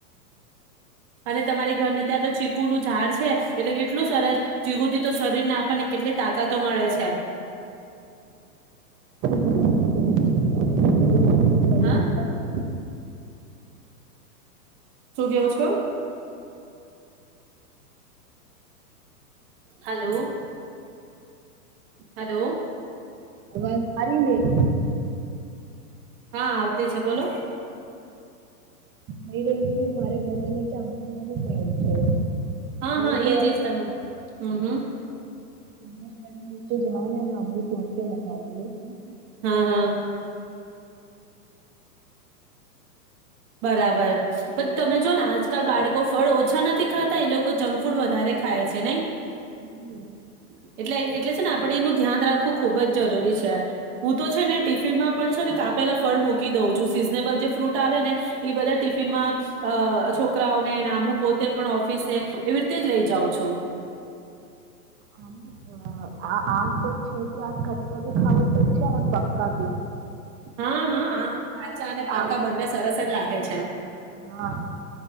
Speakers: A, on the right (about 40°); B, on the right (about 25°).
A: અને તમારી ઘરને ત્યાં તો ચીકુ નું ઝાડ છે એટલે કેટલું સરસ ચીકુ થી તો સરસ આપને કેટલી તાકતો મળે છે.
B: રોજ અમૃદ લઈ
A: હા.
B: આવીએ.
A: શું કેવું છે કો. હલો હલો
B: અવાજ. <inaudible>
A: હા આવતી છે બોલો
B: મે રહી કે મારે ઘર ની નીચે <unintelligible>
A: હા હા એજ એજ તમે હમ હમ
B: <unintelligible> તું જઓ ને <unintelligible>
A: હા હા બરાબર પણ તમે જો ને આજકાલ બાળકો ફળ ઓછા નથી ખાતા એ લોકો જંક ફૂડ વધારે ખાય છે નઈ
B: હમ્મ
A: <inaudible> એટલે એટલે ને આપણે એનું ધ્યાન રાખવું ખુબ જ જરૂરી છે. હું તો છે ને ટિફિનમાં પણ છે ને, કાપેલા ફળ મૂકી દઉં છું. સિઝનેબલ જે ફ્રૂટ આવે ને બધા ટિફિનમાં અ છોકરાઓને આ હું પોતે પણ ઓફિસે એવી રીતે જ લઈ જાઉં છું.
B: આમ આ તો છે કે આ કચ્ચા ભી ખાાવા તો કચ્ચા ને પક્કા ભી.
A: હા-હા આમ અચાનક આવતા
B: આમ
A: બંને સરસ જ લાગે કે છે એમ
B: હા